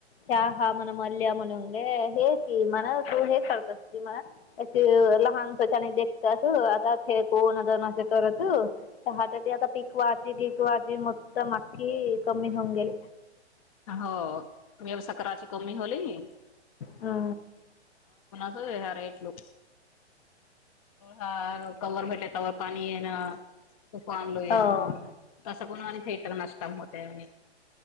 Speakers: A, on the left; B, on the left.
A: च हा म्हणा मल्ल्या म्हणूने हे कि म्हणा तू हे करतस कि म्हणा अ लहान स्वच्याने देखतात आता हे कोणद करत ह आता पीक वा कीक वा -- आता मागकी कमी होऊन गेली.
B: हो व्यवसा कराची कमी होली --
A: हा.
B: हो हरलव ह कववर भेटले कववर पाणी ना -- तूफ आणलो ये
A: हो.
B: ना तसं कोण मा थिएटर नष्टत -- अ